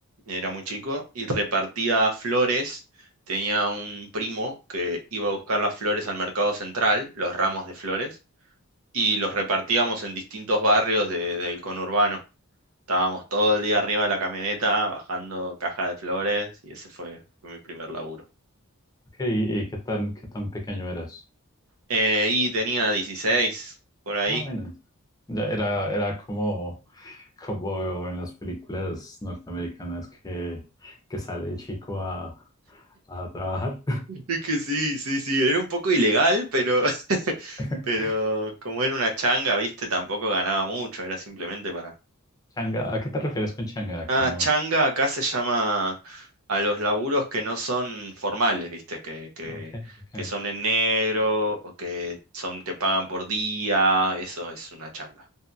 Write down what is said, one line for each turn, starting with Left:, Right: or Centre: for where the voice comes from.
Right: era muy chico y repartía flores. Tenía un primo que iba a buscar las flores al mercado central, los ramos de flores, y los repartíamos en distintos barrios de- del conurbano. Estábamos todo el día arriba de la camioneta bajando caja de flores y ese fue, fue mi primer laburo.
Left: ok, ¿y, y qué tan, qué tan pequeño eras?
Right: Eh, y tenía 16 por ahí.
Left: Ah, bueno, ya era, era como, como en las películas norteamericanas que, que sale el chico a, a trabajar.
Right: Es que sí, sí, sí, era un poco ilegal, pero, <laughs>
Left: <laughs>
Right: pero como era una changa, viste, tampoco ganaba mucho, era simplemente para...
Left: Changa, ¿a qué te refieres con changa acá?
Right: Ah,
Left: No,
Right: changa acá se llama a los laburos que no son formales, viste, que, que,
Left: ok, ok.
Right: que son en negro o que son, te pagan por día, eso es una changa.